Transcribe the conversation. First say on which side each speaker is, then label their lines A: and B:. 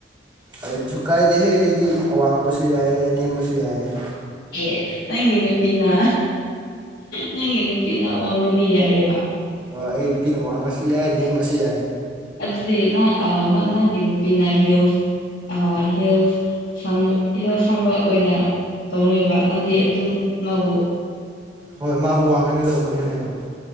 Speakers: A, on the right; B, on the left.
A: ꯑꯗꯨꯁꯨ ꯀꯥꯏꯗꯦꯍꯦ ꯑꯩꯗꯤ ꯑꯋꯥꯡꯕꯁꯨ ꯌꯥꯏꯑ ꯑꯅꯦꯝꯕꯁꯨ ꯌꯥꯏꯑ
B: ꯑꯦ ꯅꯪꯒꯤ ꯅꯨꯄꯤꯅ ꯅꯪꯒꯤ ꯅꯨꯄꯤꯅ ꯋꯥꯡꯅꯗꯤ ꯌꯥꯏꯑꯕ
A: ꯑꯣ ꯑꯩ ꯅꯨꯄꯤꯅ ꯋꯥꯡꯉꯁꯨ ꯌꯥꯏ ꯅꯦꯝꯃꯁꯨ ꯌꯥꯏ
B: ꯑꯗꯨꯗꯤ ꯅꯪꯒꯤ ꯅꯨꯄꯤꯅ ꯍꯤꯜꯁ ꯍꯤꯜꯁ ꯁꯪ ꯍꯍꯣꯜ ꯁꯪꯕ ꯑꯣꯏꯅ ꯇꯧꯅꯔꯤꯕ ꯅꯪꯗꯤ ꯑꯗꯨꯝ ꯃꯥꯕꯨ
A: ꯍꯣꯏ ꯃꯥꯕꯨ ꯋꯥꯡꯍꯟꯒꯗꯧꯕꯅꯦꯅꯦ